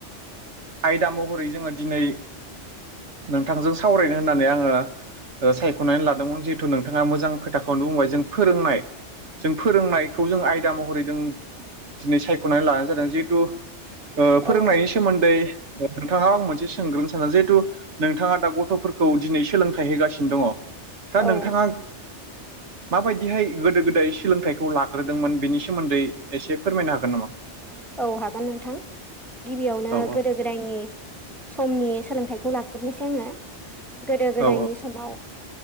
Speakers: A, on the right; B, in the centre.
A: आयदा महरै जोङो दिनै नोंथांजों सावरायनो होननानै आङो सायख'नानै लादोंमोन जिहेथु नोंथाङा मोजां खोथाखौ नो बुंबाय जों फोरोंनाय जों फोरोंनायखौ जों आयदा महरै जों दिनै सायख'नानै लानाय जादों जिहेथु फोरोंनायनि
B: औ
A: सोमोन्दै नोंथांनाव आं मोनसे सोंग्रोनो सान जिहेतु नोंथाङा दा गथ'फोरखौ दिनै सोलोंथाइ होगासिनो दङ दा
B: औ
A: नोंथाङा माबायदिहाय गोदो गोदाय सोलोंथाइखौ लाग्रोदोंमोन बिनि सोमोन्दै एसे फोरमायनो हागोन नामा?
B: औ हागोन नोंथां गिबियावनो
A: औ
B: गोदो गोदाय गोदायनि समनि सोलोंथाइखौ लाजोबनोसै आङो गोदो गोदायनि
A: औ
B: समाव